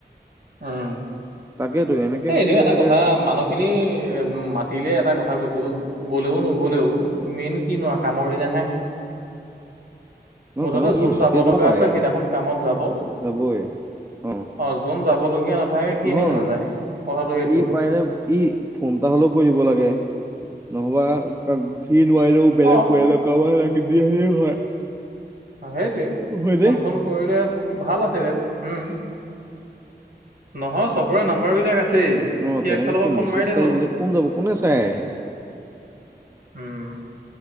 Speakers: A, on the right; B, on the right.
A: হম,
B: তাকেতো এনেকে
A: এ
B: মাতিলে
A: এনেও এটা
B: এতিয়া
A: কথা মানুহ খিনি এ মাতিলে এটা কথা কৈছ গলেও নগলেও মেইন কিনো আ কামৰ দিনা হে।
B: ন
A: মুঠতে
B: তেওঁ
A: যোন
B: ই ভালকে
A: যাব
B: ক'ব
A: লগা
B: পাৰে
A: আছে সেইদিনাখন কামত যাব।
B: যাবই অ
A: অহ যোন যাব লগীয়া নাথাকে সি
B: নহয়
A: এনিও নাযায় কথাটো সেইটো
B: ই পাৰিলে ই ফোনটা হলেও কৰিব লাগে নহবা সি নোৱাৰো বেলেগ
A: অ
B: পৰিয়ালৰ কাৰুবাৰ লাগি দিয়ে হয়
A: সেইটোৱেই
B: হয়নে?
A: ফোন চন কৰিলে ভাল আছিলে উম নহয় চবৰে নাম্বাৰ বিলাক আছে
B: অ'
A: সি
B: তেনেকে
A: একফালৰ
B: কি
A: পৰা ফোন
B: মেছেজ
A: মাৰিলেই
B: এটা
A: হ'ল
B: দিলে কোন যাব কোনে চাই
A: উম